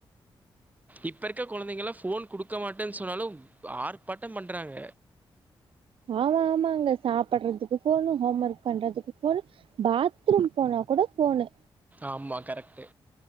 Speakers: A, on the right; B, on the right.
A: இப்ப இருக்க கொழந்தைங்களா ஃபோன் குடுக்க மாட்டேன் சொன்னாலு ஆர்ப்பாட்டம் பண்றாங்க
B: ஆமாமாங்க சாப்புட்றதுக்கு ஃபோனு ஹோம் ஒர்க் பண்றதுக்கு ஃபோனு பாத்ரூம் போனா கூட ஃபோனு
A: ஆமா கரெக்ட்டு